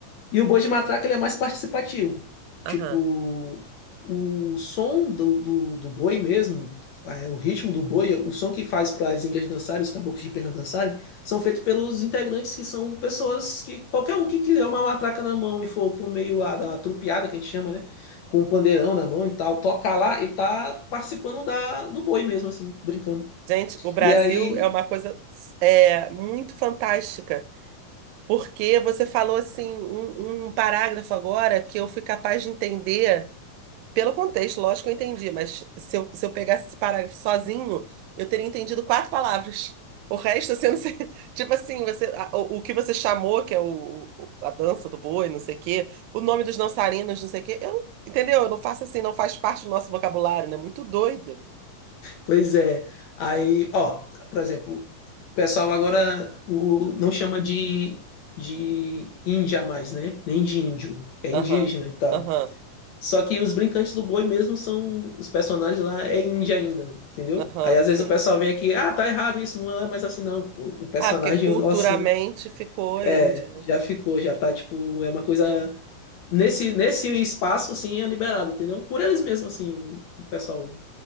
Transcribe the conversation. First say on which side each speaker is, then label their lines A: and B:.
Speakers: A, on the left; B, on the right.
A: E o boi de matraca ele é mais participativo.
B: Aham.
A: Tipo, o som do, do, do boi mesmo, é, o ritmo do boi, o som que faz para as índias dançarem, os caboclos de pena dançarem, são feitos pelos integrantes que são pessoas que qualquer um que quiser uma matraca na mão e for pro meio lá da trupeada que a gente chama, né? Com o pandeirão na mão e tal, tocar lá, ele tá participando da, do boi mesmo, assim, brincando.
B: Gente, o Brasil
A: E aí,
B: é uma coisa é, muito fantástica. Porque você falou assim um um parágrafo agora que eu fui capaz de entender. Pelo contexto, lógico que eu entendi, mas se eu, se eu pegasse esse parágrafo sozinho, eu teria entendido quatro palavras. O resto, assim, eu não sei. <laughs> Tipo assim, você, a- o, o que você chamou, que é o, o- a dança do boi, não sei o quê, o nome dos dançarinos, não sei o quê, eu, entendeu? Eu não faço assim, não faz parte do nosso vocabulário, né? Muito doido.
A: Pois é. Aí, ó, por exemplo, o pessoal agora o, não chama de, de índia mais, né? Nem de índio. É indígena
B: Aham,
A: e tal.
B: aham,
A: Só que os brincantes do boi mesmo são. Os personagens lá é índia ainda, entendeu?
B: aham,
A: Aí às
B: sim.
A: vezes o pessoal vem aqui, ah, tá errado isso, não é mais assim não. O, o personagem
B: Ah, porque culturalmente
A: o nosso
B: ficou
A: é,
B: índio. né?
A: já ficou, já tá tipo. É uma coisa. Nesse, nesse espaço, assim, é liberado, entendeu? Por eles mesmos, assim, o pessoal.